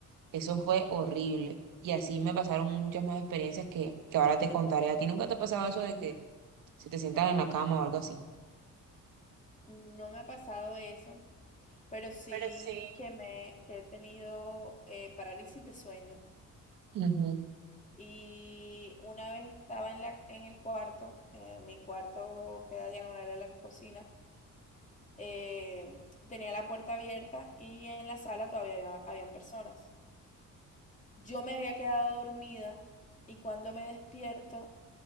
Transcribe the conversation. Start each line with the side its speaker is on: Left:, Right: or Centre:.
Right: eso fue horrible. Y así me pasaron muchas más experiencias que, que ahora te contaré. ¿A ti nunca te ha pasado eso de que se te sientan en la cama o algo así?
Left: No me ha pasado eso, pero sí
Right: Pero sí,
Left: que me que he tenido eh, parálisis de sueño.
Right: Ujú.
Left: Y una vez estaba en la en el cuarto, eh, mi cuarto queda diagonal a la cocina. eh, tenía la puerta abierta y en la sala todavía había- habían personas. Yo me había quedado dormida y cuando me despierto